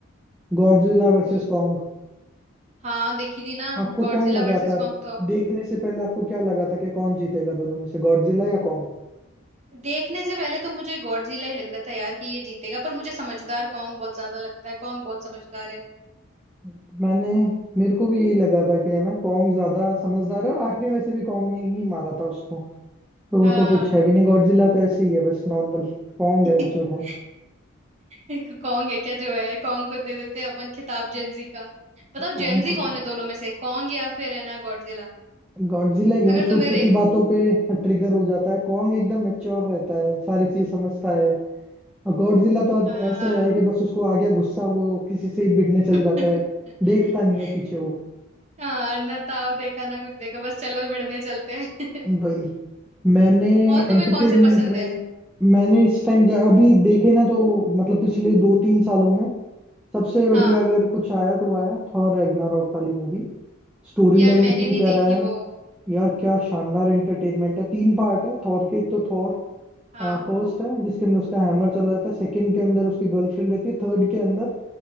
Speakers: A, in the centre; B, on the right (about 35°).
A: गॉडजिला वर्सेस
B: हम्म
A: कॉन्ग
B: हाँ देखी थी ना
A: आपको
B: Godzilla
A: कौन लगा
B: versus
A: था
B: Kong
A: देखने से पहले आपको क्या लगा था कि कौन जीतेगा दोनों में से गॉडजिला या कॉन्ग
B: देखने से पहले तो मुझे गॉडजिला ही लग रहा था यार कि ये जीतेगा पर मुझे समझदार कॉन्ग बहुत ज्यादा लगता है कॉन्ग बहुत समझदार है
A: मैंने मेरे को भी यही लगा था कि है ना कॉन्ग ज्यादा समझदार है और आखिरी में से भी कॉन्ग ने ही मारा था उसको तो वो
B: हाँ
A: तो कुछ है भी नहीं गॉडजिला तो ऐसे ही है बस नॉर्मल कॉन्ग
B: <laughs>
A: है जो है
B: एक कॉन्ग है क्या जो है कॉन्ग को दे देते हैं अपन खिताब जेंजी का बताओ
A: कॉन्ग
B: जेंजी
A: को
B: कौन है दोनों में से कॉन्ग या फिर है ना गॉडजिला
A: गॉडजिला ये
B: अगर
A: वो
B: तुम्हें
A: छोटी छोटी
B: रे
A: बातों पे ट्रिगर हो जाता है कॉन्ग एकदम मेच्योर रहता है सारी चीज समझता है और गॉडजिला तो अब
B: हाँ
A: ऐसा है कि बस उसको आ गया गुस्सा वो किसी से ही भिड़ने
B: <laughs>
A: चल जाता है देखता नहीं है पीछे वो
B: हाँ ना ताव देखा ना कुछ देखा बस चलो मिलने चलते हैं
A: भाई मैंने
B: <laughs> और तुम्हें
A: एंटरटेनमेंट
B: कौन से पसंद
A: में
B: है
A: मैंने इस टाइम अभी देखे ना तो मतलब पिछले दो तीन सालों में सबसे बढ़िया
B: हाँ
A: अगर कुछ आया तो आया थॉर रैग्नारॉक वाली मूवी स्टोरी
B: यार
A: लाइन
B: मैंने
A: इतनी
B: नहीं
A: प्यारा
B: देखी
A: है
B: वो
A: यार क्या शानदार एंटरटेनमेंट है तीन पार्ट है थॉर के एक तो थॉर
B: हाँ।
A: फर्स्ट है जिसके अंदर उसका हैमर चला जाता है सेकंड के अंदर उसकी गर्लफ्रेंड रहती है थर्ड के अंदर